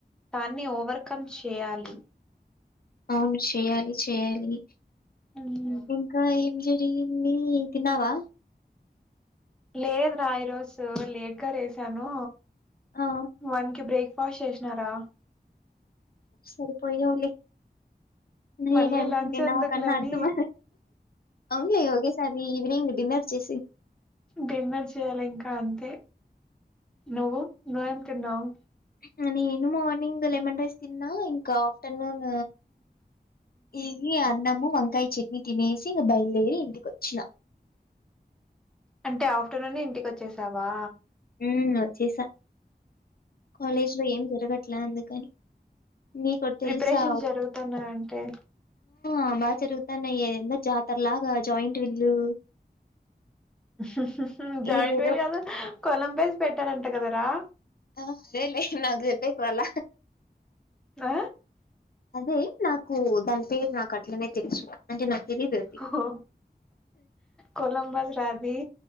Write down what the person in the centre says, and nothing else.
దాన్ని ఓవర్కమ్ చేయాలి
మ్మ్.
లేదు రా ఈరోజు లేట్గా రేసాను
వన్కి బ్రేక్ వాష్ చేేషనాడా
మళ్ళీ
లంచ్ ఎందుకులని
డిన్నర్ చేయాలి ఇంకా అంతే నువ్వు నాయనుకున్నావ్
అంటే ఆఫ్టర్నూన్ ఇంటికి వచ్చేసావా
ప్రిపరేషన్
జరుగుతున్నాయంటే
<unintelligible> ఊ జాయింట్
వీల్ కాదు కొలంబస్ పెట్టారంట కదా ఆ
ఆ
ఓ కొలంబస్ రా అది